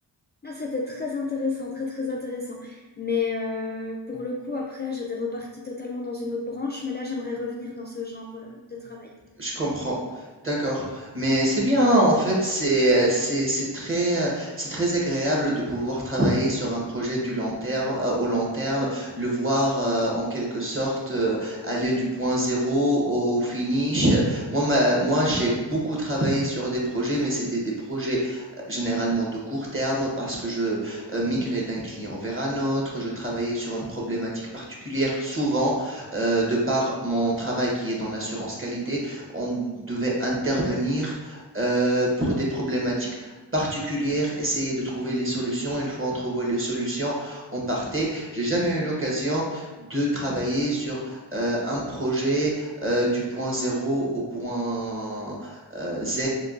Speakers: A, on the left; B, on the right.
A: ah, c'était très intéressant, très très intéressant. Mais euh, pour le coup, après, j'étais repartie totalement dans une autre branche. Mais là, j'aimerais revenir dans ce genre euh, de travail.
B: Je comprends. D'accord. Mais c'est bien, hein, en fait, c'est, euh, c'est, c'est très, euh, c'est très agréable de pouvoir travailler sur un projet du long terme, euh, au long terme, le voir euh, en quelque sorte euh, aller du point zéro au finish. Moi, ma- moi, j'ai beaucoup travaillé sur des projets, mais c'était des projets euh, généralement de court terme parce que je euh, migrais d'un client vers un autre, je travaillais sur une problématique particulière, souvent, euh, de par mon travail qui est dans l'assurance qualité on devait intervenir euh, pour des problématiques particulières, essayer de trouver les solutions. Une fois on trouvait les solutions, on partait. J'ai jamais eu l'occasion de travailler sur euh, un projet euh, du point zéro au point euh, Z